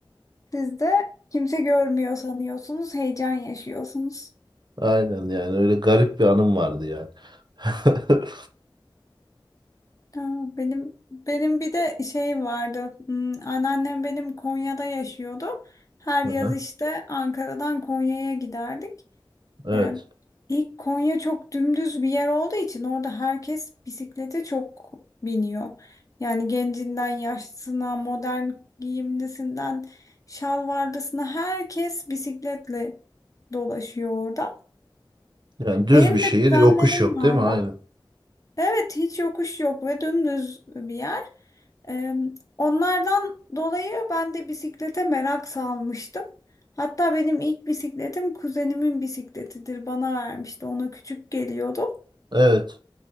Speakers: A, on the left (about 40°); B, on the right (about 55°).
A: Siz de kimse görmüyor sanıyorsunuz, heyecan yaşıyorsunuz. <laughs>
B: Aynen yani öyle garip bir anım vardı yani. <laughs>
A: Ha, Benim benim bir de şeyim vardı. Hmm, Anneannem benim Konya'da yaşıyordu. Her yaz
B: Aha,
A: işte Ankara'dan Konya'ya giderdik.
B: Evet.
A: Ee, ilk Konya çok dümdüz bir yer olduğu için orada herkes bisiklete çok biniyor. Yani gencinden yaşlısına, modern giyimlisinden şalvarlısına herkes bisikletle dolaşıyor orada.
B: Yani düz
A: Benim
B: bir şehir,
A: de kuzenlerim
B: yokuş yok
A: vardı.
B: değil mi? Aynen.
A: Evet hiç yokuş yok ve dümdüz bir yer. Ee, onlardan dolayı ben de bisiklete merak salmıştım. Hatta benim ilk bisikletim kuzenimin bisikletidir. Bana vermişti. Ona küçük geliyordu.
B: Evet.